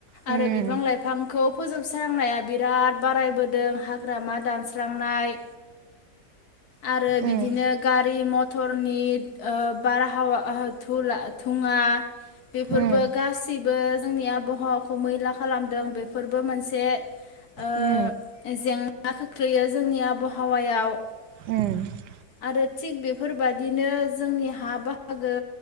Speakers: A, on the right; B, on the left.
A: उम
B: आरो बिफां लाइफांखौ फोजोबस्रांनाया बिराद बारायबोदों हाग्रामा दानस्रांनाय आरो बिदिनो
A: उम
B: गारि मथरनि ओ बारहावा ओ थुला थुङा बेफोरबो
A: उम
B: गासैबो जोंनि आबहावाखौ मैला खालामदों बेफोरबो मोनसे ओ
A: उम
B: जेंना खोख्लैयो जोंनि आबहावायाव आरो
A: उम
B: थिग बेफोरबादिनो जोंनि हा बाहागो